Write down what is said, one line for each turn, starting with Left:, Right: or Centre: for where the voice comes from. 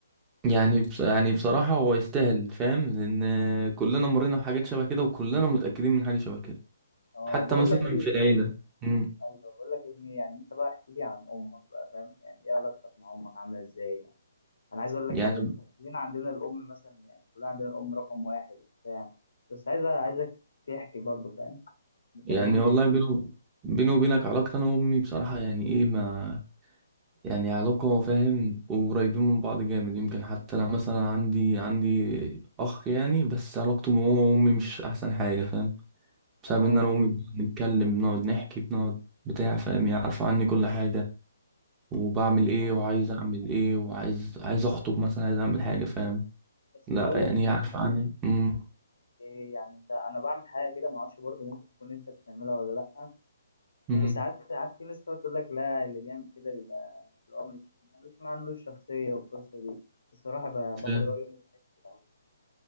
Right: يعني بص يعني بصراحة هو يستاهل فاهم لأن كلنا مرينا بحاجات شبه كده وكلنا متأكدين من حاجة شبه كده
Left: اه
Right: حتى
Left: بقول
Right: مثلا
Left: لك ايه
Right: في العيلة مم.
Left: ايوه بقول لك يا زميلي يعني انت بقى احكي لي عن امك بقى فاهم يعني ايه علاقتك مع امك عامله ازاي يعني انا عايز اقول لك
Right: يعني
Left: يعني انت كلنا عندنا الام مثلا يعني كلنا عندنا الام رقم واحد وبتاع بس عايز عايزك تحكي برضه فاهم مكلمني
Right: يعني والله
Left: كده
Right: بينه بيني وبينك علاقتي أنا وأمي بصراحة يعني إيه ما يعني علاقة فاهم وقريبين من بعض جامد يمكن حتى أنا مثلا عندي عندي أخ يعني بس علاقته بابا وأمي مش أحسن حاجة فاهم بسبب
Left: اه
Right: إن أنا وأمي بنتكلم بنقعد نحكي بنقعد بتاع فاهم يعني عارفة عني كل حاجة وبعمل إيه
Left: انا
Right: وعايز أعمل إيه وعايز عايز أخطب مثلا عايز أعمل حاجة فاهم
Left: بس
Right: لا
Left: بقول
Right: يعني
Left: لك ايه
Right: هي عارفة عني أمم
Left: إيه يعني انت انا بعمل حاجه كده ما اعرفش برضه ممكن تكون انت بتعملها ولا لا
Right: أمم
Left: وساعات ساعات في ناس تقعد تقول لك لا اللي بيعمل كده بيبقى اللي هو مش مش ما عندوش شخصيه والقصه دي الصراحه ب- باخد
Right: فاهم
Left: رايه من حاجات كتير أوي.